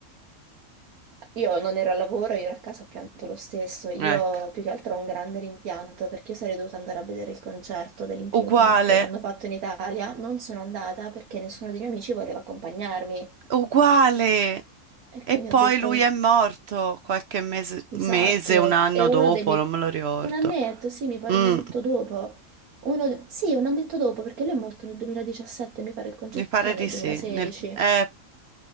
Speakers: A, on the right; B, on the right.
A: Io non ero al lavoro, io ero a casa, ho pianto lo stesso. Io
B: Ecco,
A: più che altro ho un grande rimpianto perché io sarei dovuta andare a vedere il concerto dei Linkin
B: uguale.
A: Park che hanno fatto in Italia. Non sono andata perché nessuno dei miei amici voleva accompagnarmi.
B: uguale.
A: E quindi
B: E poi
A: ho detto,
B: lui è morto qualche mese,
A: esatto,
B: mese, un anno
A: è uno
B: dopo,
A: dei miei...
B: non me lo ricordo.
A: Un annetto, sì, mi pare
B: Mm,
A: un annetto dopo. Uno... de- Sì, un annetto dopo perché lui è morto nel 2017, mi pare il concerto
B: mi pare
A: era
B: di
A: nel
B: sì.
A: 2016.
B: nel- eh,